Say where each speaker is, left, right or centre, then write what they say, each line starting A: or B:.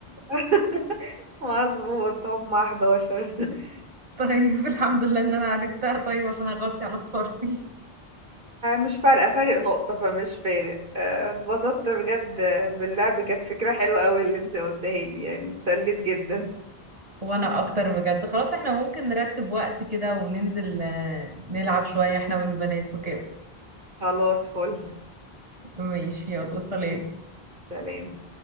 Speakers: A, on the right; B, on the right.
A: <laughs> مظبوط هم 11 <laughs>
B: طيب الحمد لله إن أنا عرفتها طيب عشان أغطي على خسارتي
A: مش فارقة فارق نقطة فمش فارق آه، اتبسطت بجد باللعب كانت فكرة حلوة قوي اللي انت قلتها لي يعني اتسليت جدا
B: وأنا أكتر بجد خلاص احنا ممكن نرتب وقت كده وننزل آه، نلعب شوية احنا والبنات وكده
A: خلاص فل
B: ماشي يلا سلام
A: سلام